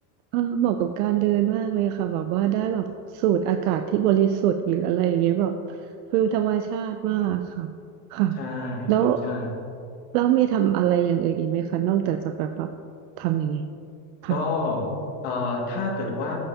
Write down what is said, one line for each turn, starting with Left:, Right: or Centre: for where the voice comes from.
Right: เออเหมาะกับการเดินมากเลยค่ะแบบว่าได้แบบสูดอากาศที่บริสุทธิ์หรืออะไรอย่างเงี้ยแบบฟิลธรรมชาติมากค่ะค่ะ
Left: ใช่
Right: แล้ว
Left: ครับใช่
Right: แล้วมีทำอะไรอย่างอื่นอีกไหมคะนอกจากจากแบบแบบทำอย่างนี้ยค่ะ
Left: ก็เอ่อถ้าเกิดว่า